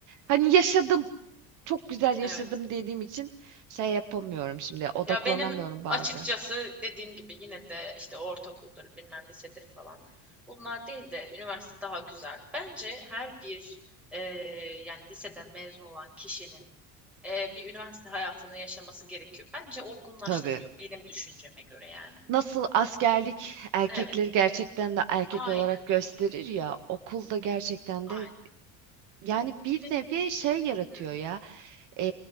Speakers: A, on the right; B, in the centre.
A: Hani yaşadım, çok güzel yaşadım
B: Evet.
A: dediğim için şey yapamıyorum şimdi, odaklanamıyorum
B: Ya benim
A: bazen.
B: açıkçası dediğim gibi yine de işte ortaokuldur bilmem lisedir falan. Bunlar değil de üniversite daha güzeldi. Bence her bir e, yani liseden mezun olan kişinin e, bir üniversite hayatını yaşaması gerekiyor. Bence olgunlaştırıyor
A: Tabii.
B: benim düşünceme göre yani.
A: Nasıl askerlik erkekleri
B: Evet.
A: gerçekten de erkek
B: Aynen.
A: olarak gösterir
B: evet,
A: ya, okulda gerçekten
B: Aynen.
A: de yani bir
B: Ve-
A: nevi şey yaratıyor
B: hı.
A: ya. e,